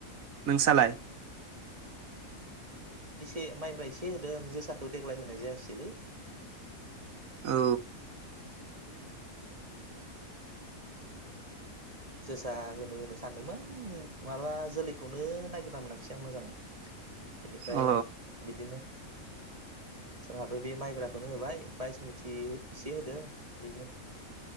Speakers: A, on the right; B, on the right.
A: नोंसालाय
B: ए माइब्रा एसे होदों जोसाखौ देग्लाय होनाय जायासैलै
A: औ
B: <inaudible> जोसा होनो होनो सानदोंमोन माबा जोलैखौनो नागिरना मोनाखिसै आं मोजांङै बेनिफ्राय
A: अ
B: बिदिनो जोंहाबो बे माइब्राखौनो होबाय बायसमुथि एसे होदों बिनो